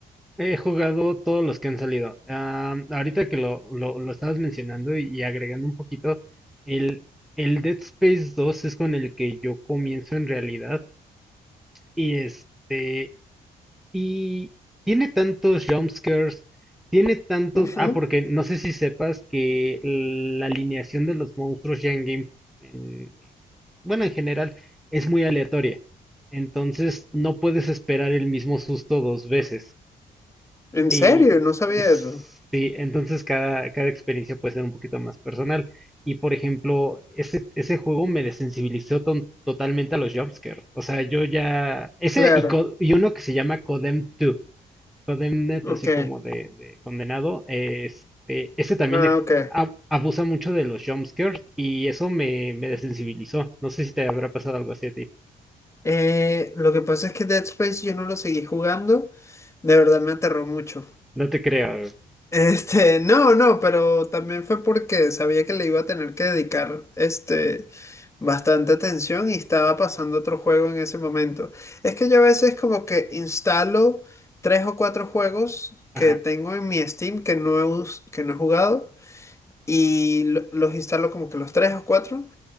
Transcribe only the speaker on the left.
Ujú.
¿En
serio? No sabía
eso.
Claro,
ok.
Ah,
ok.
Eh, lo que pasa es que Dead Space yo no lo seguí jugando. De verdad me aterró mucho.
Este, no, no, pero también fue porque sabía que le iba a tener que dedicar, este, bastante atención y estaba pasando otro juego en ese momento. Es que yo a veces como que instalo tres o cuatro juegos
que tengo en mi Steam que no he, us- que no he jugado y lo- los instalo como que los tres o cuatro